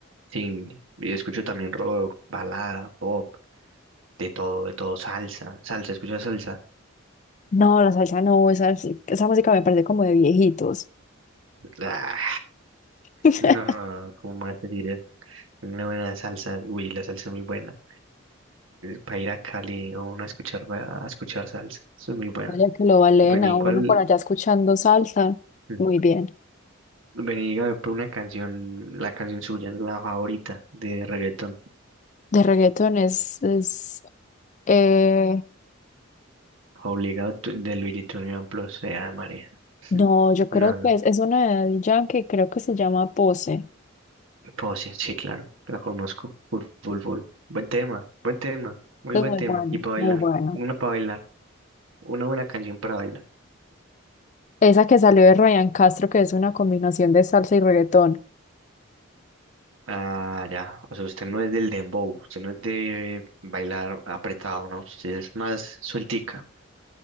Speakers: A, on the right; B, on the left.
A: Sí, y escucho también rock, balada, pop, de todo, de todo, salsa, salsa, escucho salsa.
B: No, la salsa no, esa, esa música me parece como de viejitos.
A: Ah,
B: <laughs>
A: no, ¿cómo más decir eso? Una buena salsa, uy, la salsa es muy buena. Para ir a Cali o uno a escuchar, ba- a escuchar salsa, eso es muy buena.
B: Vaya que lo valen
A: Bueno,
B: a
A: y ¿cuál?
B: uno por allá escuchando salsa.
A: Mm,
B: Muy bien.
A: Vení, dígame pues, una canción, la canción suya, la favorita de reggaetón,
B: De reggaetón es, es eh,
A: obligado tu- de Luigi Tunión Plus, sea de María.
B: No, yo creo
A: No, no.
B: que es, es una de Daddy Yankee, creo que se llama Pose.
A: Pues sí, sí, claro, la conozco. Full, full, full. Buen tema, buen tema, muy
B: Es
A: buen
B: muy
A: tema.
B: bueno,
A: Y para bailar,
B: muy bueno.
A: una para bailar, una buena canción para bailar.
B: Esa que salió de Ryan Castro, que es una combinación de salsa y reggaetón.
A: Ah, ya, o sea, usted no es del dembow, usted no es de bailar apretado, ¿no? Usted es más sueltica.